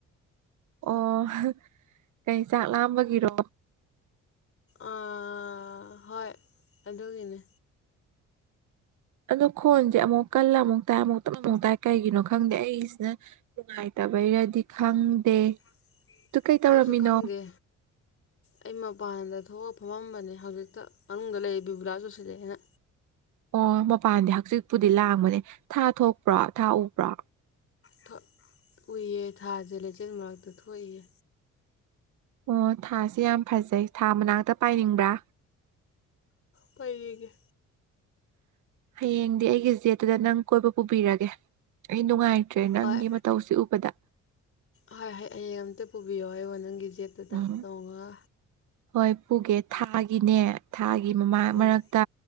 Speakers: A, on the right; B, on the left.
A: ꯑꯣ ꯀꯩ ꯆꯥꯛ ꯂꯥꯝꯕꯒꯤꯔꯣ
B: ꯑꯥ ꯍꯣꯏ ꯑꯗꯨꯒꯤꯅꯤ
A: ꯑꯗꯣ ꯈꯣꯟꯁꯦ ꯑꯃꯨꯛ ꯀꯜꯂ ꯑꯃꯨꯛ ꯇꯥꯏ ꯑꯃꯨꯛ ꯇꯞꯅ ꯑꯃꯨꯛ ꯇꯥꯏ ꯀꯩꯒꯤꯅꯣ ꯈꯪꯗꯦ ꯑꯩꯁꯤꯅ ꯅꯨꯉꯥꯏꯇ ꯇꯕꯩꯔꯗꯤ ꯈꯪꯗꯦ
B: <inaudible>
A: ꯇꯨ ꯀꯩ ꯇꯧꯔꯝꯃꯤꯅꯣ
B: ꯑꯩꯁꯨ ꯈꯪꯗꯦ ꯑꯩ ꯃꯄꯥꯟꯗ ꯊꯣꯛꯑ ꯐꯝꯃꯝꯕꯅꯦ ꯍꯧꯖꯤꯛꯇ ꯃꯅꯨꯡꯗ ꯂꯩꯌꯦ ꯕꯤꯕꯨꯂꯥ ꯆꯨꯁꯤꯜꯂꯛꯑꯦꯅ
A: ꯑꯣ ꯃꯄꯥꯟꯗꯤ ꯍꯛꯆꯤꯠꯄꯨꯗꯤ ꯂꯥꯡꯕꯅꯦ ꯊꯥ ꯊꯣꯛꯄ꯭ꯔꯣ ꯊꯥ ꯎꯕ꯭ꯔꯣ
B: ꯊꫭꯛ ꯎꯏꯌꯦ ꯊꯥꯁꯦ ꯂꯩꯆꯤꯜ ꯃꯔꯛꯇ ꯊꯣꯛꯏꯌꯦ
A: ꯑꯣ ꯊꯥꯁꯦ ꯌꯥꯝ ꯐꯖꯩ ꯊꯥ ꯃꯅꯥꯛꯇ ꯄꯥꯏꯅꯤꯡꯕ꯭ꯔꯥ
B: ꯄꯥꯏꯅꯤꯡꯉꯦ
A: ꯍꯌꯦꯡꯗꯤ ꯑꯩꯒꯤ ꯖꯦꯠꯇꯨꯗ ꯅꯪ ꯀꯣꯏꯕ ꯄꯨꯕꯤꯔꯒꯦ ꯑꯩ ꯅꯨꯡꯉꯥꯏ ꯇ꯭ꯔꯦ ꯅꯪꯒꯤ
B: ꯍꯣꯏ
A: ꯃꯇꯧꯁꯤ ꯎꯕꯗ
B: ꯍꯣꯏ ꯍꯣꯏ ꯍꯌꯦꯡ ꯑꯝꯇ ꯄꯨꯕꯤꯌꯣ ꯑꯩꯕꫭ ꯅꯪꯒꯤ ꯖꯦꯠꯇꯨꯗ
A: ꯎꯝ
B: ꯅꯣꯡꯉ
A: ꯍꯣꯏ ꯄꯨꯒꯦ ꯊꯥꯒꯤꯅꯦ ꯊꯥꯒꯤ ꯃꯃꯥ
B: ꯎꯝ
A: ꯃꯔꯛꯇ